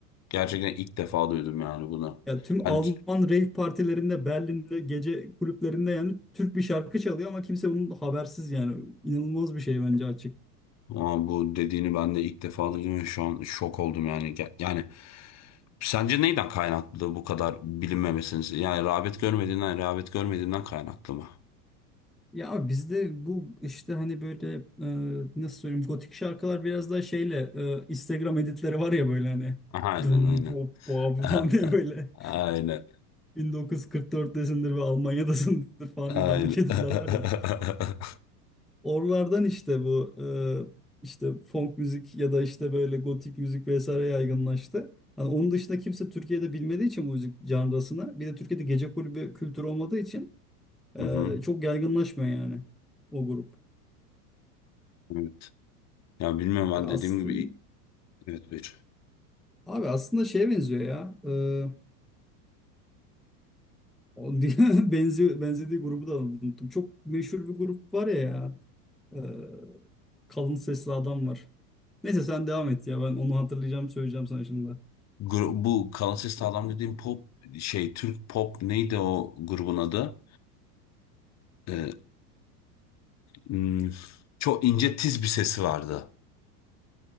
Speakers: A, on the left; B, in the centre.
A: gerçekten ilk defa duydum yani bunu.
B: Ya tüm
A: Yani,
B: Alman rave partilerinde, Berlin'de, gece kulüplerinde yani Türk bir şarkı çalıyor ama kimse bunun habersiz yani. İnanılmaz bir şey bence açık.
A: aa, bu dediğini ben de ilk defa duydum. ve Şu an şok oldum yani. Ge- Yani sence neyden kaynaklı bu kadar bilinmemesiniz? Yani rağbet görmediğinden, rağbet görmediğinden kaynaklı mı?
B: Ya abi bizde bu işte hani böyle e, nasıl söyleyeyim gotik şarkılar biraz daha şeyle e, Instagram editleri var ya böyle hani
A: Aha, Aynen
B: dum
A: aynen.
B: bop bop
A: <laughs>
B: <laughs> falan diye böyle
A: Aynen.
B: 1944'tesindir ve Almanya'dasındır falan
A: Aynen.
B: diye dandik editler
A: <laughs>
B: var ya. Oralardan işte bu e, işte funk müzik ya da işte böyle gotik müzik vesaire yaygınlaştı. Hani onun dışında kimse Türkiye'de bilmediği için bu müzik janrasını bir de Türkiye'de gece kulübü kültürü olmadığı için e,
A: Hı hı.
B: çok yaygınlaşmıyor yani o grup.
A: Evet. Ya bilmiyorum ben
B: Ya aslında
A: dediğim gibi evet bir.
B: Abi aslında şeye benziyor ya. Ee, o <laughs> diye- benziyor, benzediği grubu da unuttum. Çok meşhur bir grup var ya. ya. Ee, kalın sesli adam var. Neyse sen devam et ya. Ben onu hatırlayacağım söyleyeceğim sana şimdi.
A: Gru- bu Kalates adam dediğim pop şey Türk pop neydi o grubun adı? Ee, hmm, çok ince tiz bir sesi vardı.